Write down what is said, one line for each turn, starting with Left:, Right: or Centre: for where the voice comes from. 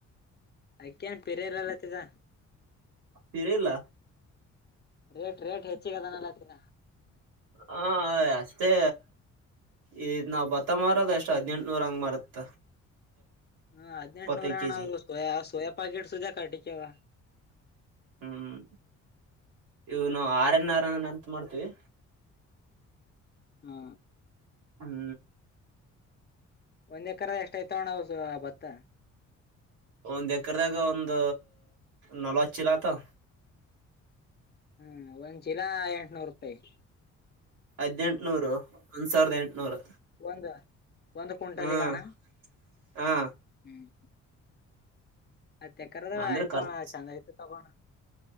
Left: ಅಕ್ಕಿ ಎನ್ ಪಿರೆ ಇಲ್ಲ ಅಲ್ಲತಿದ.
Right: ಪಿರೇ ಇಲ್ಲ.
Left: ರೇಟ್ ರೇಟ್ ಹೆಚ್ಚಿಗ ಅದಾ ಅಲ್ಲತಿದಾ.
Right: ಹ ಆಯ ಅಸ್ ತ್ತೆ ಈ ನಾವ್ ಭತ್ತ ಮಾರದ ಏಷ್ಟ ಹದ್ನೆಂಟುನೂರ ಹಂಗ ಮಾರತ್ತ.
Left: ಹಾ ಹದ್ನೆಂಟುನೂರೆ
Right: ಎಪ್ಪತ್ತೈದ್
Left: ಅಣ್ಣಾ
Right: ಕೆಜಿ
Left: ಅದು ಸೋಯಾ ಸೋಯಾ ಪಾಕಿಟ್ ಸುದ್ದ್ಯಕ್ ಅಟ್ಟಿಕೆ ಅವಾ.
Right: ಹ್ಮ್ ಇವು ನಾವ್ ಆರ್ಯನ್ ಆರನ್ ನಂತ ಮಾಡ್ತೀವಿ.
Left: ಹಾ
Right: ಹ್ಮ್
Left: ಒಂದ್ ಎಕ್ಕರದಾಗ ಎಷ್ಟ ಐತವಣ್ಣ ಅವು ಸೊ ಬತ್ತ.
Right: ಒಂದ್ ಎಕ್ರದಾಗ ಒಂದ ನಲ್ವಚ್ಚಿಲ್ಲತಾವ.
Left: ಹ್ಮ್ ಒಂದ್ ಚಿಲಾ ಎಂಟನೂರ ರೂಪಾಯಿ.
Right: ಹದ್ನೆಂಟ್ನೂರು ಒಂದ್ ಸಾವಿರದ ಎಂಟನೂರು.
Left: ಒಂದ ಒಂದ ಕುಂಟಲಿಗ್
Right: ಹ್ಮ್
Left: ಅಣ್ಣಾ
Right: ಹಾ
Left: ಹ್ಮ್. ಹತ್ತ ಎಕ್ಕರಾದ
Right: ಅಂದ್ರೆ
Left: ಆಯ್ತೋಣ
Right: ಖರ್ಚ್
Left: ಚಂದ ಆಯ್ತು ತಗೋಣ.